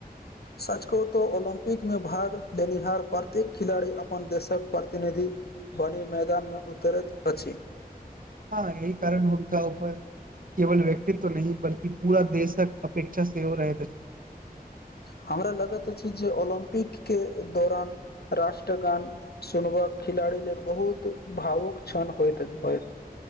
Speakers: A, on the left (about 80°); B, on the right (about 60°).
A: सच कहूँ तो ओलम्पिक मे भाग लेनिहार प्रत्येक खिलाड़ी अपन देशक प्रतिनिधि बड़ी मैदानमे उतरैत अछि
B: हँ यही कारण हुनका ऊपर केवल व्यक्तित्व नहि बल्कि पूरा देशक अपेक्षा सेहो रहैत अछि
A: हमरा लगत अछि जे ओलम्पिक के दौरान राष्ट्रगान सुनबा खिलाड़ी लेल बहुत भावुक क्षण होइत होइत